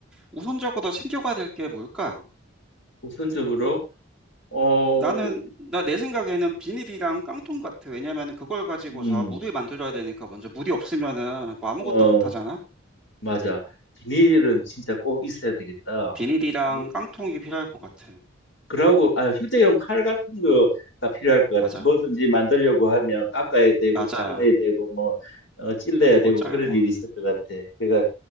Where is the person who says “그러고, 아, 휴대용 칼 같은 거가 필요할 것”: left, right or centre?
Left